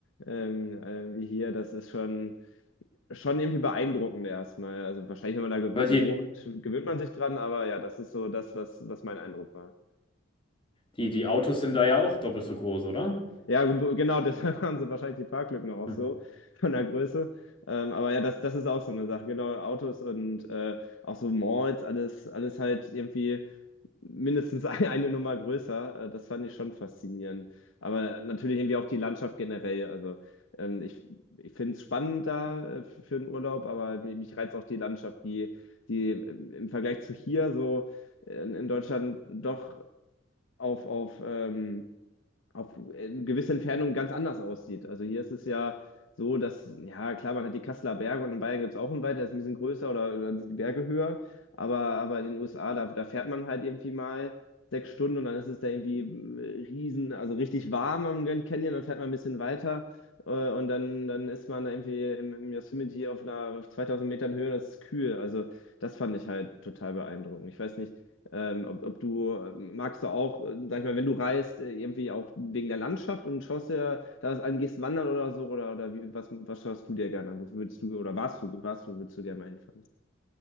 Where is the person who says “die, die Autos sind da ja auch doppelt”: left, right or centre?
Left